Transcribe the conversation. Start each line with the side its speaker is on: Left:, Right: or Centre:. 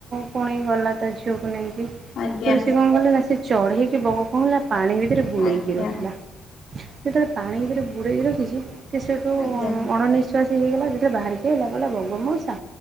Right: ପୁଣି ଗଲା ତା ଝିଅକୁ ନେଇକି। ତ
Left: ଆଜ୍ଞା
Right: ସେ କଣ କହିଲି ନା ସେ ଚଢେଇକି ବଗ କଣ କଲା ପାଣି ଭିତରେ ବୁଳେଇକି
Left: ଆଜ୍ଞା
Right: ରଖିଲା। ଯେତେବେଳେ ପାଣିରେ
Left: ଆଜ୍ଞା
Right: ବୁଡେଇ ରଖିଛି ସେ ସେଠୁ
Left: ଆଜ୍ଞା ଆଜ୍ଞା
Right: ଅଣ ନିିଶ୍ଵାସ ହେଇ ହେଇଗଲା ଯେତେବେଳେ ବାହା କହିଲା ବଗ ମଉସା